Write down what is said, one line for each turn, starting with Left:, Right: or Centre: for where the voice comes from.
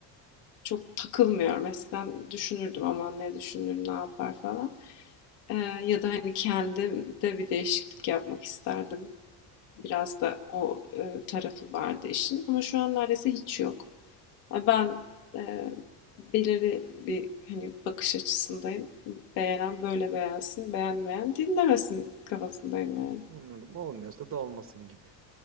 Left: çok takılmıyorum. Eskiden düşünürdüm aman ne düşünür ne yapar falan. E, ya da hani kendim de bir değişiklik yapmak isterdim. Biraz da o e, tarafı vardı işin ama şu an neredeyse hiç yok. Ya Ben e, belirli bir hani bakış açısındayım. Beğenen böyle beğensin, beğenmeyen dinlemesin kafasındayım yani.
Right: anladım olmuyorsa da olmasın gibi